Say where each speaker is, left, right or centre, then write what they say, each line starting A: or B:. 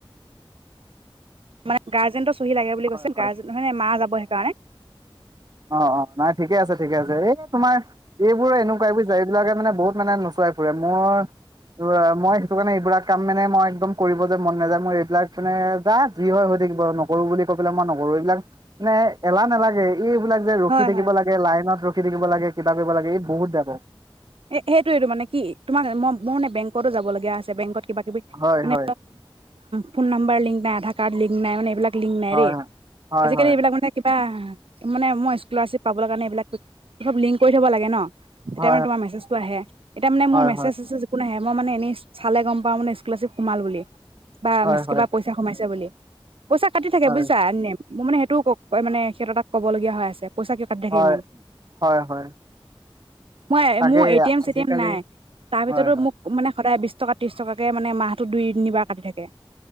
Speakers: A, on the right (about 75°); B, on the right (about 45°).
A: মানে গাৰ্জেনট, চহী লাগে বুলি
B: হয়,
A: কৈছিল
B: হয়,
A: গাৰ্জেনৰ নহয় নে, মা যাব সেইকাৰণে।
B: অঁ, অঁ, নাই ঠিকে আছে, ঠিকে আছে এই তোমাৰ এইবোৰ এনেকুৱাই বুজিছা এইবিলাকে মানে বহুত মানে নোচুৱাই ফুৰে মোৰ মই সেইটো কাৰণে এইবিলাক কাম মানে মই একদম কৰিব যে মন নেযায় মোৰ এইবিলাক মানে যা যি হয় হৈ থাকিব নকৰো বুলি কৈ পেলাই মই নকৰো এইবিলাক মানে এলাহ নেলাগে, এইবিলাক যে ৰখি
A: হয়
B: থাকিব
A: হয়
B: লাগে লাইনত ৰখি, থাকিব লাগে কিতাপ দিব লাগে ই বহুত বেয়া পাওঁ।
A: এ', সেইটোয়েটো মানে কি তোমাৰ ম' মই মানে বেংকতো যাব লগীয়া আছে বেংকত, কিবা -কিবি
B: হয়
A: মানে
B: হয়
A: ফোন নাম্বাৰ লিংক নাই, আধাৰ কাৰ্ড লিংক, - ফোন নাই মানে এই বিলাক, লিং নাই
B: হয়
A: দেই
B: হয়
A: আজিকালি
B: হয়
A: এইবিলাক মানে কিবা মানে মই স্কুলাৰশ্বিপ পাবলৈ কাৰণে এইবিলাকব লিংক কৰি থব লাগে ন', তেতিয়া
B: হয়
A: মানে তোমাৰ, সেইতো আহে এতিয়া মানে
B: হয়
A: মোৰ মেচেজ - চেচেজ একো, নাহে মই মানে এনেই চালে গম পাওঁ মানে স্কুলাৰশিপ সোমাল বুলি। বা
B: হয় হয় হয়
A: কিবা, পইচা সোমাইছে বুলি। পইচা কাটি থাকে
B: হয়
A: বুজিছা এনিটাইম। মোৰ মানে সেইটোও ক'মানে সিহঁত তাত ক'বলগীয়া হৈ আছে। পইচা কিয় কাটি থাকে
B: হয়
A: ইমান
B: - হয়- হয়।
A: মই
B: তাকে
A: মোৰ এটি -এম,
B: আজিকালি
A: চি- টি- এম নাই তাৰ
B: হয়
A: ভিতৰতো
B: হয়
A: মোক মানে সদায় বিচ, টকা, ত্ৰিশ টকাকে মানে মাহটো দুই- তিনিবাৰ কাটি থাকে।